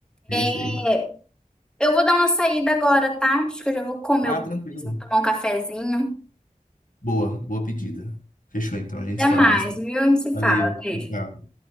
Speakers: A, on the left; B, in the centre.
A: É isso
B: É,
A: aí.
B: eu vou dar uma saída agora, tá? Acho que eu já vou comer,
A: Ah,
B: alguma
A: tranquilo.
B: coisa, tomar um cafezinho.
A: Boa, boa pedida. Fechou então, a gente
B: Até
A: se fala
B: mais,
A: mais tarde.
B: viu? A gente se
A: Valeu,
B: fala.
A: tchau,
B: Beijo.
A: tchau.